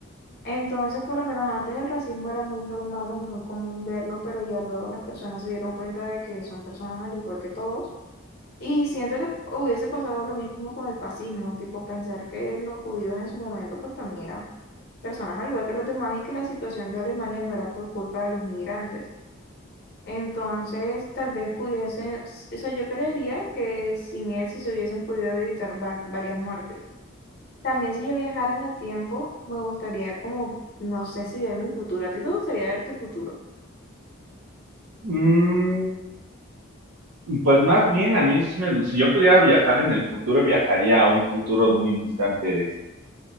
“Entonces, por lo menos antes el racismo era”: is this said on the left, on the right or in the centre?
Left